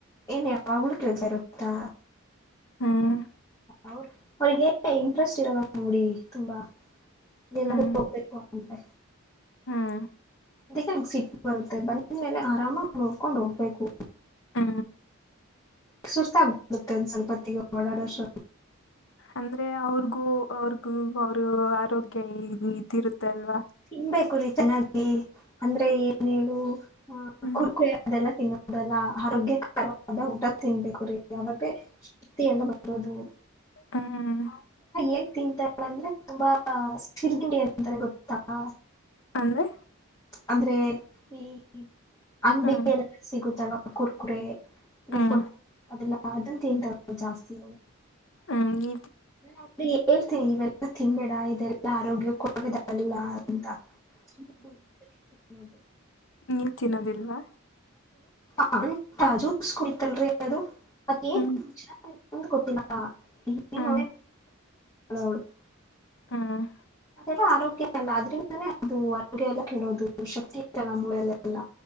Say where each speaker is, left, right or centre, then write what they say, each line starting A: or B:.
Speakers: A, on the left; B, on the left.
A: ಏನ ಯಾಗ್ಳ ಕೇಳ್ತಾರುತ್ತಾ
B: ಹ್ಮ್
A: ಅವರು ಅವ್ರಿಗೆ ಇಂಟ್ರೆಸ್ಟ್ ಇರದ ನೋಡಿ ತುಂಬಾ ಎಲ್ಲ
B: ಹ್ಮ್
A: ಹೋಗ್ಬೇಕು ಅಂತೆ
B: ಹ್ಮ.
A: ಅದಕ್ಕೆ ನನ್ಗ್ ಸಿಟ್ಟ ಬರುತ್ತೆ ಬಂದ್ಮೇಲೆ ಆರಾಮಾಗಿ ನೋಡ್ಕೊಂಡ್ ಹೋಗ್ಬೇಕು.
B: ಹಾ.
A: ಸುಸ್ತಾಗಬಿಡತ್ತೆ ಒಂದ ಸ್ವಲ್ಪ ಹೊತ್ತಿಗೆ ಓಡಾಡ ವರ್ಷ.
B: ಅಂದ್ರೆ ಅವ್ರಗೂ ಅವ್ರಗೂ ಅವರು ಆರೋಗ್ಯ ಇ ಇದಿರುತ್ತೆ. ಅಲ್ವಾ
A: ತಿನ್ಬೇಕುರಿೀತ ನ. ಅಂದ್ರೆ ಏನ್ ಹೇಳು. ಹ
B: ಹ್ಮ್
A: ಕುರ್ಕುರೆ ಅದೆಲ್ಲ ತಿನ್ನುದಲ್ಲ. ಆರೋಗ್ಯಕರವಾದ ಊಟ ತಿನ್ಬೇಕು ರೀ. ಯಾವೆ ಶಕ್ತಿ ಎಲ್ಲ ಬರೋದು
B: ಹ್ಮ್
A: ಏನ್ ತಿಂತಾರೆ. ಂದ್ರೆ ತುಂಬಾ ಸಿರ್ಗಿಂಡಿ ಅಂತಾರೆ ಗೊತ್ತ. ಹಾ.
B: ಅಂದ್ರೆ.
A: ಅಂದ್ರೆ ಈ. ಅಂಗಡಿ
B: ಹ್ಮ್
A: ಎಲ್ಲ ಸಿಗುತ್ತಲ್ಲ. ಕುರ್ಕುರೆ.
B: ಹ್ಮ್
A: ರಿಪೋಟ್ ಅಲ್ಲ ಅದ ತ ತ. ಜಾಸ್ತಿ ಹೋಗ.
B: ಹ್ಮ್ ನೀ.
A: ನಾನ ಹೇಳ್ತೀನಿ ಇವೆಲ್ಲ ಲ್ಲ ತಿನ್ಬೇಡ ಇದೆಲ್ಲಾ ಆರೋಗ್ಯ ಕೊಡಿದಲ್ಲ ಅಂತ ಸಿೋದು
B: ನೀವು ತಿನ್ನೋದಿಲ್ವಾ
A: ಪಂಟಾಜೂಸ್ ಕುಳಿತಲ್ರಿ ಅದು ಮತ್ತೇನ್
B: ಹ್ಮ್
A: <unintelligible> ಂತ ಗೊತ್ತಿಲ್ಲ ನೀಡ
B: ಹ್ಮ್
A: ಅವಳು <unintelligible> <inaudible>
B: ಹ್ಮ್
A: ಅದೆಲ್ಲ ಆರೋಗ್ಯ ಅಲ್ಲ ಆದ್ರೆ ಅದು ಅಡುಗೆ ಎಲ್ಲ ಕೆಡೋದು ಶಕ್ತಿ ಇತ್ತಲ್ಲ ಮೂಳೆಲ್ಲ ಎಲ್ಲ